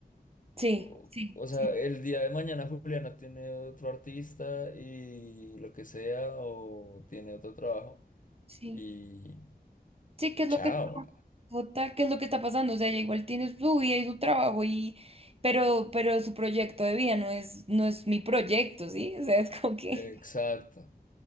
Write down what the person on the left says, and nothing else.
O,
o sea,
el día de mañana Juliana tiene otro artista y lo que sea, o tiene otro trabajo
y,
y
chao.
Exacto.